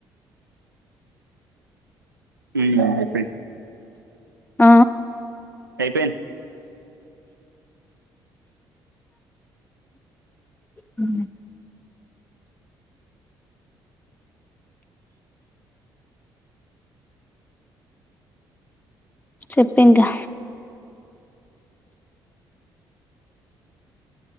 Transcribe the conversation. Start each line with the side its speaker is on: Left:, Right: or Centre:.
Right: ఉ అయిపోయింది
Left: ఆ
Right: అయిపోయింది
Left: ఉ చెప్పు ఇంకా